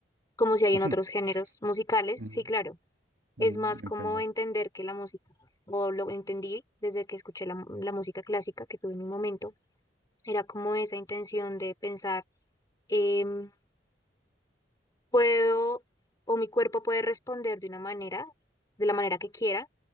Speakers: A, on the left (about 20°); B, on the right (about 75°).
A: como si hay
B: <laughs>
A: en otros géneros musicales,
B: Ujú,
A: sí, claro,
B: ujú,
A: es más
B: Entiendo.
A: como entender que la música, o lo entendí desde que escuché la, la música clásica que tuve en un momento, era como esa intención de pensar, em, puedo, o mi cuerpo puede responder de una manera, de la manera que quiera,